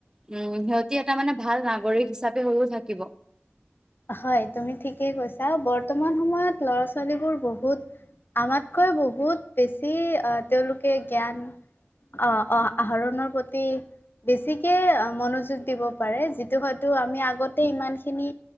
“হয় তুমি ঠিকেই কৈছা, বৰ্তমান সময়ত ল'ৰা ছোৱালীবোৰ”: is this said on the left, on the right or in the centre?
Left